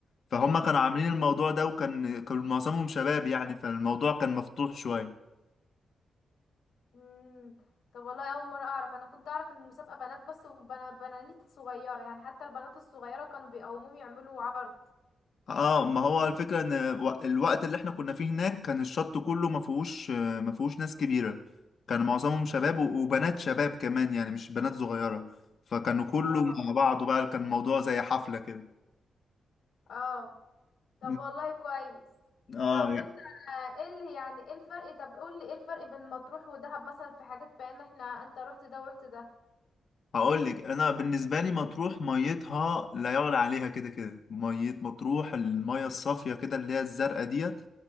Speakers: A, on the left; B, on the left.
A: فهم كانوا عاملين الموضوع ده وكان كان معظمهم شباب يعني فالموضوع كان مفتوح شوية
B: امم طب والله اول مرة اعرف انا كنت اعرف ان المسابقة بنات بس وبنات بنات صغيرة يعني حتى البنات الصغيرة كانوا بيقوموهم يعملوا عرض
A: اه ما هو الفكرة ان و- الوقت اللي احنا كنا فيه هناك كان الشط كله ما فيهوش ما فيهوش ناس كبيرة كان معظمهم شباب و- وبنات شباب كمان يعني مش بنات صغيرة فكانوا كله
B: اه
A: مع بعض بقى كان الموضوع زي حفلة كده
B: اه طب
A: م.
B: والله كويس
A: اه
B: طب
A: يعني
B: انت ايه اللي يعني ايه الفرق طب قول لي ايه الفرق بين مطروح ودهب مثلا في حاجات بان احنا انت رحت ده ورحت ده
A: هقول لك انا بالنسبة لي مطروح ميتها لا يعلى عليها كده كده مية مطروح المية الصافية كده اللي هي الزرقاء ديت